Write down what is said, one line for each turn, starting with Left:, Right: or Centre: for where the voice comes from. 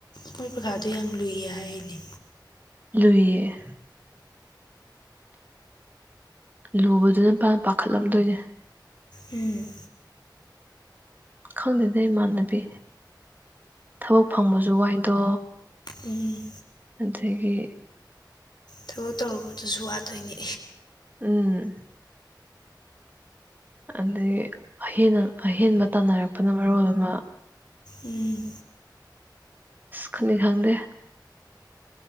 Left: ꯃꯣꯏ ꯄꯀꯥꯗꯣ ꯌꯥꯝ ꯂꯨꯏꯌꯦ ꯍꯥꯏꯔꯤꯅꯦ
Right: ꯂꯨꯏꯌꯦ ꯂꯨꯕꯗꯨꯅꯄꯥꯅ ꯄꯥꯈꯠꯂꯝꯗꯣꯏꯅꯦ
Left: ꯎꯝ
Right: ꯈꯪꯗꯦꯗ ꯏꯃꯥꯟꯅꯕꯤ ꯊꯕꯛ ꯐꯪꯕꯁꯨ ꯋꯥꯏꯗꯣ
Left: ꯎꯝ
Right: ꯑꯗꯒꯤ
Left: ꯊꯕꯛ ꯇꯧꯔꯛꯄꯗꯨꯁꯨ ꯋꯥꯗꯣꯏꯅꯦ
Right: ꯎꯝ ꯑꯗꯩ꯫ ꯑꯍꯦꯟ ꯑꯍꯦꯟꯕ ꯇꯥꯟꯅꯔꯛꯄꯅ ꯃꯔꯣꯜ ꯑꯃ
Left: ꯎꯝ
Right: ꯈꯨꯅꯤ ꯈꯪꯗꯦ